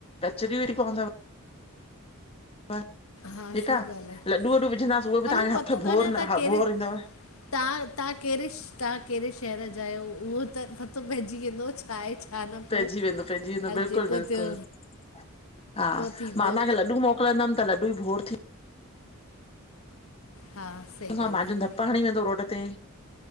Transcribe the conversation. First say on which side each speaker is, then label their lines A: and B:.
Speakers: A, on the left (about 25°); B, on the left (about 75°).
A: <unintelligible> बस
B: हा
A: ठीकु
B: सही
A: आ,
B: ॻाल्हि आहे
A: लॾू वॾू विझंदासीं उहे बि
B: हलो
A: तव्हांखे
B: पतो
A: हथ बोर
B: कान्हे तव्हां
A: न
B: कहिड़े
A: बोर ईंदव
B: तव्हां, तव्हां कहिड़े तव्हां कहिड़े शहर जा आहियो उहो त पतो पइजी वेंदो छा आहे छा न पोइ
A: पइजी वेंदो, पइजी वेंदो,
B: हल
A: बिल्कुलु
B: जेको
A: बिल्कुलु
B: थियो
A: हा, मां
B: पोइ थींदो
A: तव्हांखे लॾू मोकिलींदमि त लडॾू बोर थी
B: हा सही
A: हुन सां
B: ॻाल्हि
A: माजून
B: आहे
A: धपु हणी वेंदो रोड ते